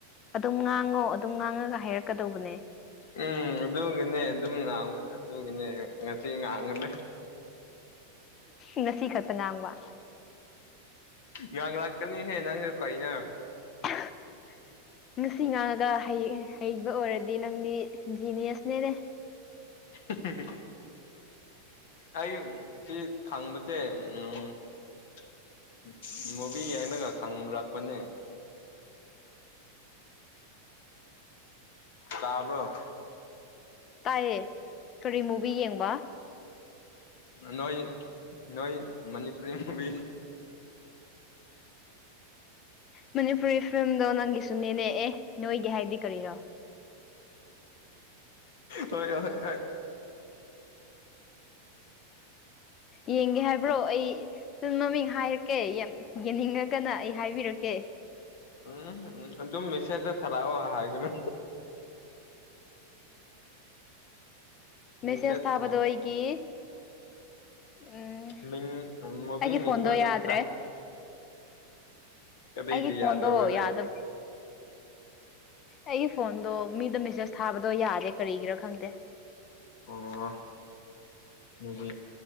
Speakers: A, on the left; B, on the left.
A: ꯑꯗꯨꯝ ꯉꯥꯡꯉꯣ ꯑꯗꯨꯝ ꯉꯥꯡꯉꯒ ꯍꯥꯏꯔꯛꯀꯗꯧꯕꯅꯦ
B: ꯎꯝ ꯑꯗꯨꯒꯤꯅꯦ ꯑꯗꯨꯝ ꯉꯥꯡꯉ ꯑꯗꯨꯒꯤꯅꯦ ꯉꯁꯤ ꯉꯥꯡꯉꯨꯗꯦ
A: ꯉꯁꯤ ꯈꯛꯇ ꯉꯥꯡꯕ
B: ꯉꯥꯡ ꯂꯥꯛꯀꯅꯤꯍꯦ ꯅꯪꯁꯨ ꯀꯩꯅ
A: <inaudible> ꯉꯁꯤ ꯉꯥꯡꯉꯒ ꯍꯩꯕ ꯑꯣꯏꯔꯗꯤ ꯅꯪꯗꯤ ꯖꯤꯅꯦꯁꯅꯦꯅꯦ
B: ꯍ ꯍ ꯑꯩ ꯁꯤ ꯊꯥꯡꯕ ꯁꯦ ꯎꯝ ꯃꯨꯕꯤ ꯍꯥꯏꯅꯒ ꯈꯪꯔꯛꯄꯅꯦ ꯇꯥꯕꯣ
A: ꯇꯥꯏꯌꯦ ꯀꯔꯤ ꯃꯨꯚꯤ ꯌꯦꯡꯕ
B: ꯅꯣꯏ ꯅꯣꯏ ꯃꯅꯤꯄꯨꯔꯤꯨꯕꯤ
A: ꯃꯅꯤꯄꯨꯔꯤ ꯐꯤꯂꯝꯗꯣ ꯅꯪꯒꯤꯁꯨ ꯅꯅꯦꯛꯑꯦ ꯅꯣꯏꯒꯤ ꯍꯥꯏꯗꯤ ꯀꯔꯤꯔꯣ
B: ꯍꯣꯏ ꯍꯣꯏ ꯍꯣꯏ
A: ꯌꯦꯡꯒꯦ ꯍꯥꯏꯕ꯭ꯔꯣ ꯑꯩ ꯑꯗꯨꯨꯝ ꯃꯃꯤꯡ ꯍꯥꯏꯔꯛꯀꯦ ꯌꯥꯝ ꯌꯦꯡꯅꯤꯡꯉꯒꯅ ꯑꯩ ꯍꯥꯏꯕꯤꯔꯛꯀꯦ
B: ꯎꯝ ꯎꯝ ꯑꯗꯨ ꯑꯗꯨꯝ ꯃꯦꯁꯦꯖ ꯆ ꯊꯔꯛꯑꯣ ꯍꯥꯏꯒꯅ
A: ꯃꯦꯁꯦꯁ
B: ꯃꯦꯁꯦꯖ
A: ꯊꯥꯕꯗꯣ ꯑꯩꯒꯤ ꯎꯝ
B: ꯃꯤ ꯃꯕꯤ
A: ꯑꯩꯒꯤ
B: ꯃꯤꯗꯣ
A: ꯐꯣꯟꯗꯣ ꯌꯥꯗ꯭ꯔꯦ
B: ꯇꯣꯝ ꯇ ꯀꯕꯤꯩ
A: ꯑꯩꯒꯤ ꯐꯣꯟꯗꯣ
B: ꯌꯥꯗꯧꯔ ꯋꯥꯖ
A: ꯌꯥꯗꯕ ꯑꯩꯒꯤ ꯐꯣꯟꯗꯣ ꯃꯤꯗ ꯃꯦꯁꯦꯁ ꯊꯥꯕꯗꯣ ꯌꯥꯗꯦ ꯀꯔꯤꯒꯤꯔꯥ ꯈꯪꯗꯦ
B: ꯑꯣ ꯅꯣꯏꯒꯤ